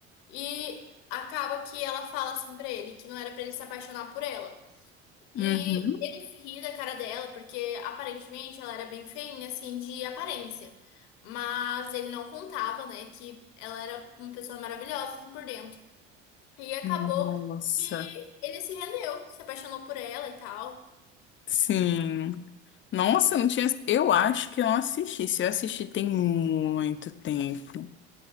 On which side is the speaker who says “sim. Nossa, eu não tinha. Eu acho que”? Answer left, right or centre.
Left